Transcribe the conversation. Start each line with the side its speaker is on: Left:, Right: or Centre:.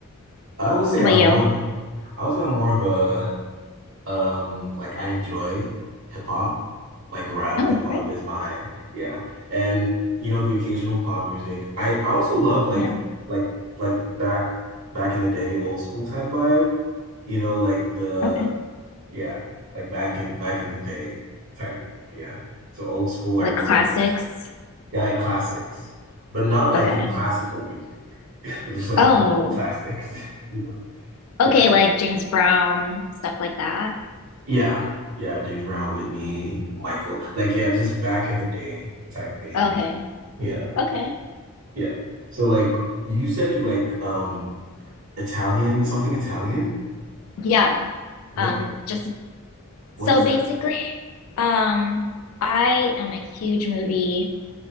Right: I would say
Left: How
Right: I'm
Left: about you?
Right: more of a, I would say I'm more of a Um, like I enjoy hip hop, like rap,
Left: Oh,
Right: hip hop
Left: great.
Right: is my yeah, and you know the occasional pop music. I, I also love like
Left: Yeah.
Right: like like back back in the day, old school type vibe. You know, like the
Left: Okay.
Right: yeah, like back in back in the day type yeah. So old school,
Left: Like
Right: I really
Left: classics.
Right: love old school. Yeah, like classics, but not like
Left: Okay.
Right: classical music, <laughs> but just like
Left: Oh,
Right: classics. <laughs> You know, yeah.
Left: okay. Like James Brown, stuff like that.
Right: Yeah. Yeah, James Brown, Whitney, Michael. Like, yeah, just back in the day type things.
Left: Okay.
Right: Yeah.
Left: Okay.
Right: Yeah. So like you said you like um Italian, something Italian?
Left: Yeah.
Right: What
Left: Um, just
Right: what
Left: so
Right: is
Left: basically,
Right: that?
Left: um, I am a huge movie